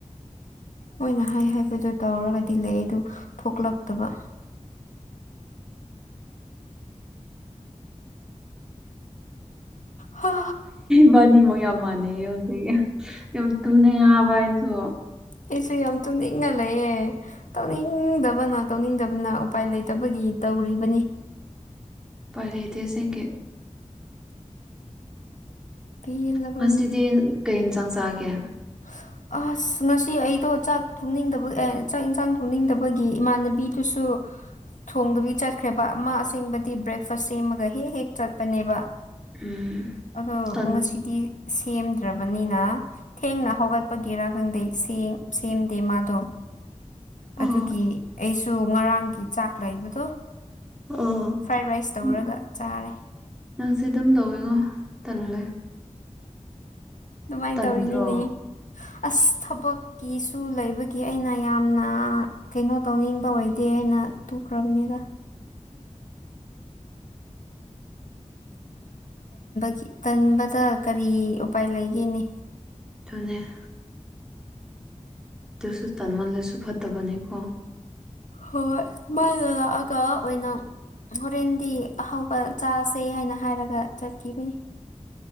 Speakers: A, on the left; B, in the centre.
A: ꯃꯅ ꯍꯥꯏ ꯍꯥꯏꯕꯗ ꯇꯧꯔꯒꯗꯤ ꯂꯩ ꯑꯗꯨ ꯊꯣꯛꯂꯛꯇꯕ ꯍꯥ
B: ꯕꯥꯅꯤ ꯃꯨꯛ ꯌꯥꯝ ꯃꯥꯟꯅꯩꯌꯦ ꯍꯧꯖꯤꯛ ꯇꯨ ꯅ ꯑꯋꯥꯏꯁꯨ
A: ꯑꯩꯁꯨ ꯌꯥꯝ ꯇꯨꯝꯅꯤꯡꯒꯂꯑꯦ ꯇꯧꯅꯤꯡꯗꯕꯅ ꯇꯧꯅꯤꯡꯗꯕꯅ ꯎꯄꯥꯏ ꯂꯩꯇꯕꯒꯤ ꯇꯧꯔꯤꯕꯅꯤ
B: ꯄꯥꯏꯔ ꯂꯩꯇꯦꯁꯦꯡꯒꯤ
A: ꯄꯦꯜꯂꯕꯅꯤ
B: ꯉꯁꯤꯗꯤ ꯀꯩ ꯏꯟꯁꯥꯡ ꯆꯥꯒꯦ
A: <unintelligible> ꯑꯁ ꯉꯁꯤ ꯑꯩꯗꯣ ꯆꯥꯛ ꯊꯣꯡꯅꯤꯡꯗꯕ ꯑꯦ ꯆꯥꯛ ꯏꯟꯁꯥꯡ ꯊꯣꯡꯅꯤꯡꯗꯕꯒꯤ ꯏꯃꯥꯟꯅꯕꯤꯗꯨꯁꯨ ꯊꯣꯡꯗꯨꯕꯤ ꯆꯠꯈ꯭ꯔꯦꯕ ꯑꯃ ꯑꯁꯦꯡꯕꯗꯤ ꯕ꯭ꯔꯦꯛꯐꯁ ꯁꯦꯝꯃꯒ ꯍꯦꯛ ꯍꯦꯛ ꯆꯠꯄꯅꯦꯕ
B: ꯎꯝ
A: ꯑꯗꯣ
B: ꯇꯟ
A: ꯉꯁꯤꯗꯤ ꯁꯦꯝꯗ꯭ꯔꯕꯅꯤꯅ ꯊꯦꯡꯅ ꯍꯧꯒꯠꯄꯒꯤꯦꯔꯥ ꯈꯪꯗꯦ ꯁꯦꯝꯗꯦ ꯃꯥꯗꯣ ꯑꯗꯨꯒꯤ
B: ꯑꯣ
A: ꯑꯩꯁꯨ ꯉꯔꯥꯡꯒꯤ ꯆꯥꯛ ꯂꯩꯕꯗꯣ
B: ꯑꯣ
A: ꯐ꯭ꯔꯥꯏ ꯔꯥꯏꯁ ꯇꯧꯔꯒ
B: ꯎꯝ
A: ꯆꯥꯔꯦ
B: ꯅꯪꯁꯦ ꯑꯗꯨꯝ ꯇꯧꯋꯦꯉꯣ ꯇꯜꯂꯦ
A: ꯑꯗꯨꯃꯥꯏꯅ
B: ꯇꯟꯗ꯭ꯔꯣ
A: ꯇꯧꯔꯤꯅꯤꯅꯦ ꯑꯁ ꯊꯕꯛꯀꯤꯁꯨ ꯂꯩꯕꯒꯤ ꯑꯩꯅ ꯌꯥꯝꯅ ꯀꯩꯅꯣ ꯇꯧꯅꯤꯡꯕ ꯑꯣꯏꯗꯦ ꯍꯥꯏꯅ ꯇꯨꯈ꯭ꯔꯕꯅꯤꯗ ꯒꯤ ꯇꯟꯕꯗ ꯀꯔꯤ ꯎꯄꯥꯏ ꯂꯩꯒꯦꯅꯦ
B: ꯊꯅꯦ ꯇꯁꯨ ꯇꯥꯟ ꯃꯜ ꯂꯩꯁꯨ ꯐꯠꯇꯕꯅꯤꯀꯣ
A: ꯍꯣꯏ ꯃꯥꯗ ꯂꯥꯛꯑꯒ ꯑꯣꯏꯅ ꯍꯣꯔꯦꯟꯗꯤ ꯑꯍꯥꯎꯕ ꯆꯥꯁꯦ ꯍꯥꯏꯅ ꯍꯥꯏꯔꯒ ꯆꯠꯈꯤꯕꯅꯤ